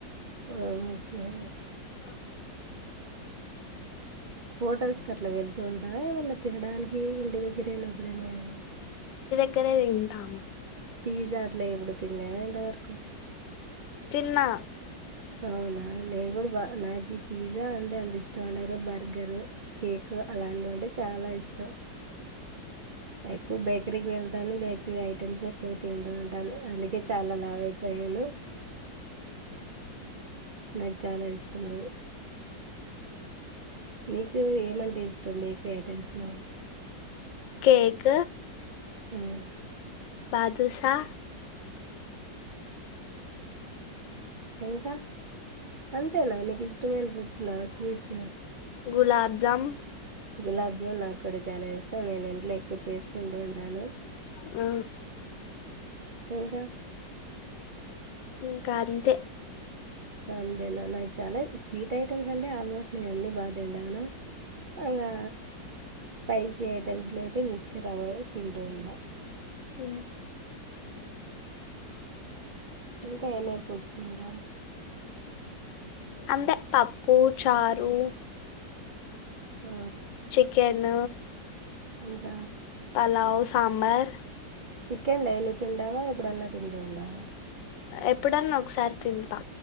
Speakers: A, on the right; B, on the left.
A: అక <unintelligible>
B: ఆహ
A: హోటల్స్ కి అట్లా వెళ్తూ ఉంటావా ఏమన్నా తినడానికి ఇంటి దగ్గరేనా ఎప్పుడైనా కానీ
B: ఇక్కడే తింటాం
A: పిజ్జా అట్లా ఎప్పుడు తినలేద ఇంత వరకు
B: తిన్నా
A: అవునా నేను కూడా బా నాగ్ ఈ పిజ్జా అంతే ఎంత ఇష్టం ఉండారు బర్గరు కేక్ అలాంటివంటే చాలా ఇష్టం ఎక్కువ బేకరికి వెళ్తాను బేక త్రీ ఐటమ్స్ ఎక్కువ తిండి వంటను అందుకే చాలా లావు అయిపోయాను నాకు చాలా ఇష్టం అది నీకు ఏమంటే ఇష్టం బేకరీ ఐటెమ్స్ లో
B: కేక్
A: ఉమ్
B: బాదుశా
A: ఇంకా అంతేనా నీకు ఇష్టమైన ఫుడ్స్ లో sweets
B: gulab jam
A: gulab jam నాకు ఇక్కడ చాలా ఇష్టం నేను ఇంట్లో ఎక్కువ చేసుకుంటు ఉంటాను
B: ఆ
A: ఇంకా
B: ఇంకా అంతే
A: అంతేనా నాకు చాలా స్వీట్ ఐటెమ్స్ అంటే ఆల్మోస్ట్ నేను అన్నీ బా తింటాను ఆ స్పైసీ ఐటమ్స్లో అయితే మిక్చర్ అవి తింటు ఉంట
B: ఉమ్
A: ఇంకా ఏమేమి ఫుడ్స్ తింటావు
B: అంతే పప్పు చారు
A: ఆ,
B: చికెన్
A: ఇంకా
B: పలావ్ కమర్
A: చికెన్ డైలీ తింటావా ఎప్పుడన్న తింటావా
B: ఎప్పుడన్నా ఒకసారి తిం టా